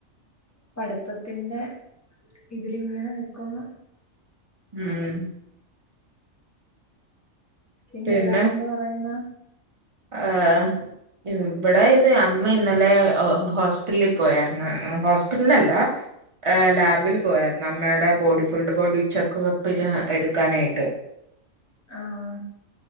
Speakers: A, on the left; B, on the right.
A: പഠിത്തത്തിന്റെ ഇതിലിങ്ങനെ നിക്കുന്നു.
B: ഉം
A: പിന്നെല്ലാരും
B: പിന്നെ
A: എന്ത് പറയുന്നു?
B: ആഹ് ഇവിടെ ഇത് അമ്മ ഇന്നലെ ഹോസ്പിറ്റലിൽ പോയായിരുന്നു, ഹോസ്പിറ്റലല്ല, ആഹ് ലാബിൽ പോയായിരുന്നു അമ്മേടെ ബോഡി ഫുൾ ബോഡി ചെക്ക്പ്പില് എടുക്കാനായിട്ട്.
A: ആഹ്